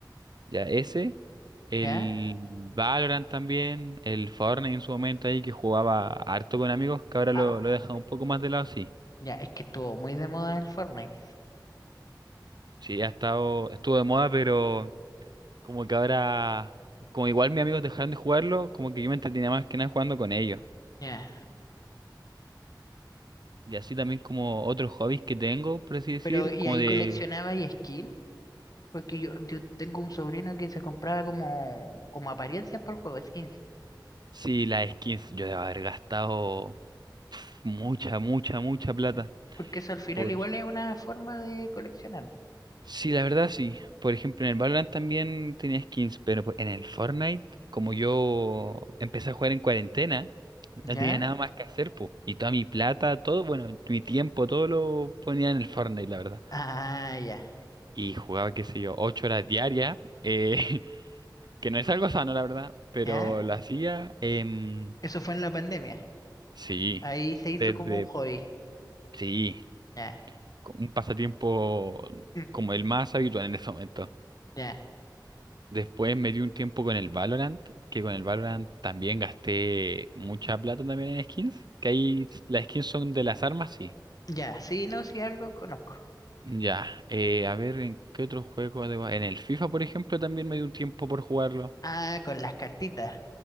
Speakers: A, on the right; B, on the left.
A: ya ese, el
B: ¿ya?
A: Valorant también, el Fortnite en su momento ahí que jugaba harto con amigos, que ahora
B: Ah,
A: lo, lo he dejado un poco más de lado, sí.
B: ya, es que estuvo muy de moda el Fortnite,
A: Sí, ha estado, estuvo de moda, pero Como que ahora, como igual mis amigos dejaron de jugarlo, como que yo me entretenía más que nada jugando con ellos.
B: ya.
A: Y así también como otros hobbies que tengo, por así decir,
B: Pero, ¿y
A: como
B: ahí
A: de,
B: coleccionabas y skin? Porque yo, yo tengo un sobrino que se compraba como, como apariencias para el juego, skins.
A: sí, las skins, yo debo haber gastado pf, mucha, mucha, mucha plata.
B: Porque eso al final
A: Por...
B: igual es una forma de coleccionar.
A: Sí, la verdad sí. Por ejemplo, en el Valorant también tenía skins, pero pues, en el Fortnite, como yo empecé a jugar en cuarentena,
B: ¿Ya?
A: no tenía nada más que hacer, pues. Y toda mi plata, todo, bueno, mi tiempo, todo lo ponía en el Fortnite, la verdad.
B: Ah, ya.
A: y jugaba, qué sé yo, ocho horas diarias, eh, <laughs> que no es algo sano, la verdad, pero
B: ¿Ya?
A: lo hacía, em,
B: Eso fue en la pandemia.
A: sí,
B: Ahí se hizo
A: desde,
B: como un hobby.
A: sí,
B: Ya.
A: co- un pasatiempo
B: mm,
A: como el más habitual en ese momento.
B: Ya.
A: Después me di un tiempo con el Valorant, que con el Valorant también gasté mucha plata también en skins, que ahí las skins son de las armas, sí.
B: Ya. Sí, no, sí, algo conozco.
A: Ya, eh, a ver, ¿en qué otro juego? debo- En el FIFA, por ejemplo, también me di un tiempo por jugarlo.
B: Ah, con las cartitas.